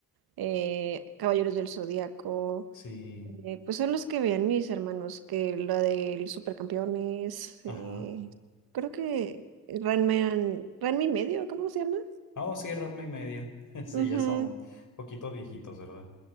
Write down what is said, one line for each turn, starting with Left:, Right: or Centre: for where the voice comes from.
Right: eh, Caballeros del Zodíaco.
Left: sí,
Right: eh, pues son los que veían mis hermanos, que la del Supercampeones,
Left: ajá.
Right: eh, creo que Ranma, Ranma y medio, ¿cómo se llama?
Left: Oh, sí, Ratma y medio, <laughs> sí,
Right: Ujú.
Left: ya son poquitos viejitos, ¿verdad?